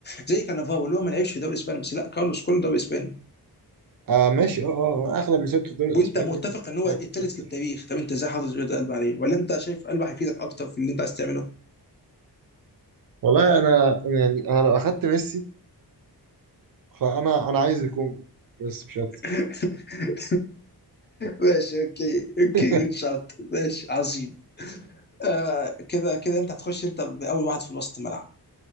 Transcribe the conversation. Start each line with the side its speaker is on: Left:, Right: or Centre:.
Left: زي كانافارو اللي هو ما لعبش في الدوري الاسباني بس لا كارلوس كله دوري اسباني
Right: آه ماشي اه اه آه، اغلب مسيرته في الدوري الاسباني
Left: وانت متفق ان هو
Right: لعب
Left: الثالث
Right: في الانتر
Left: في التاريخ طب انت ازاي حاطط جرد قلب عليه ولا انت شايف قلب هيفيدك اكتر في اللي انت عايز تعمله
Right: والله انا يعني انا لو اخدت ميسي فانا انا عايز الكونجو بس مش اكتر
Left: <laughs> ماشي اوكي اوكي
Right: <laughs>
Left: جود شوت ماشي عظيم آه كده كده انت هتخش انت باول واحد في وسط الملعب